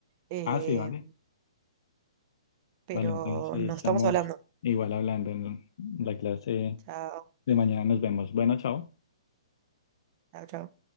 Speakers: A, on the right (about 25°); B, on the left (about 55°).
A: eh,
B: Ah, sí, vale.
A: pero
B: Vale, entonces ahí
A: nos
B: estamos
A: estamos hablando.
B: igual hablando en la clase
A: Chao.
B: de mañana. Nos vemos. Bueno, chao.
A: chao, chao.